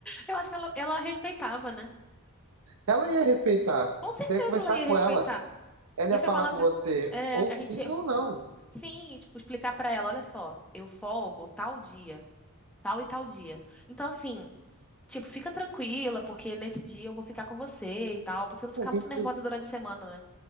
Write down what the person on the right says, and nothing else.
Ela ia respeitar.
Você ia conversar
com ela. Ela
ia
falar
com você,
ou
sim
ou não.
A
gente,